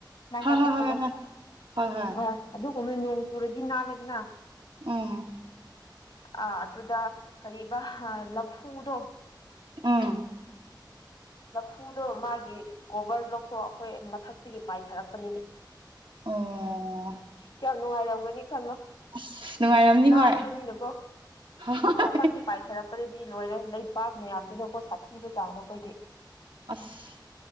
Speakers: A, on the left (about 80°); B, on the right (about 85°).
A: ꯃꯥꯏ
B: ꯍꯣꯏ
A: ꯄꯥꯈꯠꯄꯗꯣ
B: ꯍꯣꯏ ꯍꯣꯏ ꯍꯣꯏ ꯍꯣꯏ ꯍꯣꯏ
A: ꯑ ꯑꯗꯨꯒꯨꯝꯕꯅ ꯅꯣꯡ ꯆꯨꯔꯗꯤ ꯅꯥꯜꯂꯦꯗꯅ
B: ꯎꯝ
A: ꯑꯥ ꯑꯗꯨꯗ ꯀꯔꯤꯕ ꯂꯐꯨꯗꯣ
B: ꯑꯥ
A: ꯂꯐꯨꯗꯣ ꯃꯥꯒꯤ ꯀꯣꯚꯔ ꯂꯧꯊꯣꯛ ꯑꯩꯈꯣꯏ ꯃꯊꯛꯇꯒꯤ ꯄꯥꯏꯊꯔꯛꯄꯅꯤꯅꯦ
B: ꯑꯣ
A: ꯀꯌꯥꯝ ꯅꯨꯡꯉꯥꯏꯔꯝꯒꯅꯤ ꯈꯜꯂꯣ
B: ꯑꯁ ꯅꯨꯡꯉꯥꯏꯔꯝꯅꯤ
A: ꯅꯥꯟꯕꯅꯤꯅꯀꯣ
B: ꯍꯣꯏ ꯍꯣꯏ
A: ꯃꯊꯪꯛꯇ ꯄꯥꯏꯊꯔꯛꯄꯗ ꯗꯤ ꯂꯣꯏꯔꯦ ꯂꯩꯄꯥꯛ ꯃꯌꯥꯝꯗꯨꯅꯀꯣ ꯁꯥꯊꯤꯕ ꯆꯥꯡꯗꯣ ꯑꯩꯈꯣꯏꯗꯤ
B: ꯑꯁ